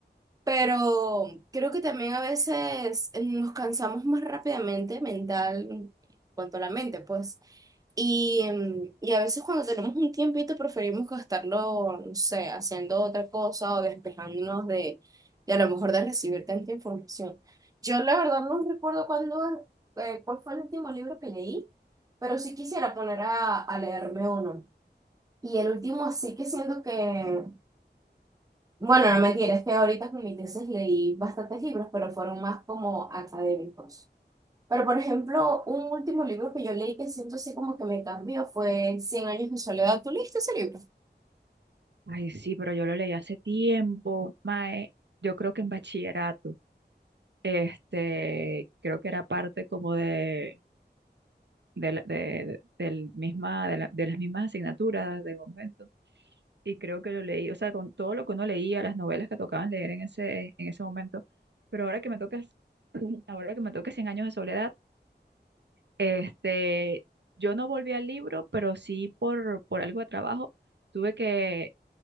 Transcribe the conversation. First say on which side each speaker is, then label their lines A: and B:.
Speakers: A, on the right (about 20°); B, on the right (about 75°).
A: Pero creo que también a veces eh, nos cansamos más rápidamente mental, en cuanto a la mente, pues. Y, em, y a veces cuando tenemos un tiempito preferimos gastarlo, no sé, haciendo otra cosa o despejándonos de, de a lo mejor de recibir tanta información. Yo la verdad no recuerdo cuándo, eh, cuál fue el último libro que leí, pero sí quisiera poner a, a leerme uno. Y el último sí que siento que bueno, no mentira, es que ahorita con mi tesis leí bastantes libros, pero fueron más como académicos. Pero, por ejemplo, un último libro que yo leí que siento así como que me cambió fue Cien años de soledad. ¿Tú leíste ese libro?
B: Ay, sí, pero yo lo leí hace tiempo, Mae, yo creo que en bachillerato, este, creo que era parte como de, de, la- de- de- del misma, de, la- de las mismas asignaturas del momento. y creo que lo leí, o sea, con todo lo que uno leía, las novelas que tocaban leer en ese, en ese momento. Pero ahora que me tocas, <clears throat> ahora que me toca cien años de soledad, este, yo no volví al libro, pero sí por, por algo de trabajo, tuve que,